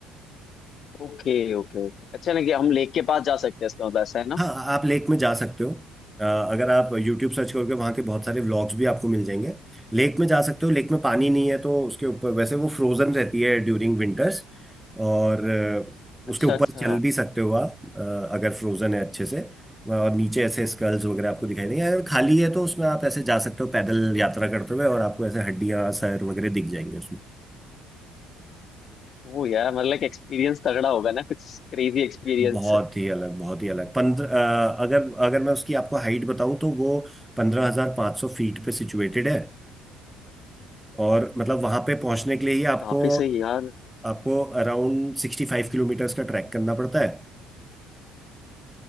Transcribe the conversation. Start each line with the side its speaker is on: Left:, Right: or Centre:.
Left: ओके ओके ओके अच्छा ना कि हम लेक के पास जा सकते हैं इसका मतलब ऐसा है ना
Centre: हाँ आप लेक में जा सकते हो अ, अगर आप YouTube सर्च करोगे वहाँ के बहुत सारे व्लॉग्स भी आपको मिल जाएंगे लेक में जा सकते हो लेक में पानी नहीं है तो उसके ऊपर वैसे वो फ्रोजन रहती है ड्यूरिंग विंटर्स और अ,
Left: अच्छा
Centre: उसके ऊपर
Left: अच्छा
Centre: चल भी सकते हो आप अ, अगर फ्रोजन है अच्छे से और नीचे ऐसे स्कल्स वगैरह आपको दिखाई देंगे अगर खाली है तो उसमें आप ऐसे जा सकते हो पैदल यात्रा करते हुए और आपको ऐसे हड्डियाँ सर वगैरह दिख जाएंगे
Left: वो यार मतलब लाइक एक्सपीरियंस तगड़ा होगा ना कुछ क्रेजी एक्सपीरियंस
Centre: बहुत ही अलग बहुत ही अलग पंद्रह अगर अगर मैं उसकी आपको हाइट बताऊं तो वो पंद्रह हजार पाँच सौ फीट पे सिचुएटेड है और मतलब वहां पे पहुंचने के लिए ही आपको
Left: काफी सही यार
Centre: आपको अराउंड सिक्सटी फाइव किलोमीटर्स का ट्रैक करना पड़ता है